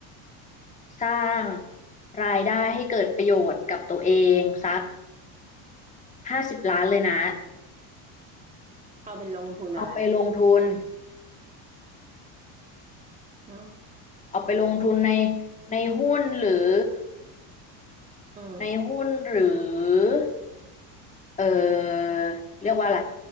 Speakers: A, on the left; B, on the right.
A: สร้างรายได้ให้เกิดประโยชน์กับตัวเองสักห้าสิบล้านเลยนะ
B: เอาเป็นลงทุนอะไร
A: เอาไปลงทุน
B: อืม
A: เอาไปลงทุนในในหุ้นหรือ
B: อืม
A: ในหุ้นหรือ เออเรียกว่าอะไร